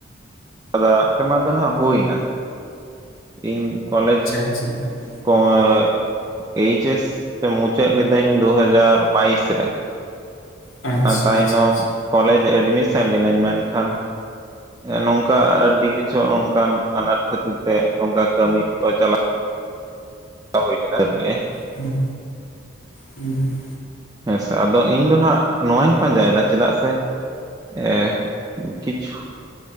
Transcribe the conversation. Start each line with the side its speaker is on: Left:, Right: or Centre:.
Right: ᱠᱟᱫᱟ ᱥᱮᱨᱢᱟ ᱫᱚ ᱱᱟᱦᱟᱜ ᱦᱩᱭ ᱱᱟ, ᱤᱧ ᱠᱚᱞᱮᱡᱽ
Left: <inaudible>
Right: ᱚᱣᱟ ᱮᱭᱤᱪ ᱮᱥ ᱢᱩᱪᱟᱹᱫ ᱞᱤᱫᱟᱹᱧ ᱫᱩ ᱦᱟᱡᱟᱨ ᱵᱟᱭᱤᱥ ᱨᱮ,
Left: ᱟᱪᱪᱷᱟ
Right: ᱚᱱᱟ ᱛᱟᱭᱱᱚᱢ
Left: ᱟᱪᱪᱷᱟ ᱟᱪᱪᱷᱟ
Right: ᱠᱚᱞᱮᱡᱽ ᱮᱰᱢᱤᱥᱮᱱ ᱞᱤᱱᱟᱹᱧ ᱢᱮᱱᱠᱷᱟᱱ ᱱᱚᱝᱠᱟ ᱟᱹᱰᱤ ᱠᱤ ᱪᱷᱚ ᱚᱱᱠᱟᱱ ᱟᱱᱟᱴ ᱠᱷᱟᱹᱛᱤᱨ ᱛᱮ ᱚᱝᱠᱟ ᱠᱟᱹᱢᱤ ᱠᱚ ᱪᱟᱞᱟᱜ ᱦᱩᱭ ᱞᱮᱱᱟ <inaudible>
Left: ᱦᱩᱸ, ᱦᱩᱸ ᱾
Right: ᱦᱮᱸ ᱥᱮ ᱟᱫᱚ ᱤᱧ ᱫᱚ ᱱᱟᱦᱟᱜ ᱱᱚᱣᱟᱧ ᱯᱟᱸᱡᱟᱭ ᱫᱟ ᱪᱮᱫᱟᱜ ᱥᱮ ᱮ ᱠᱤᱪᱷᱩ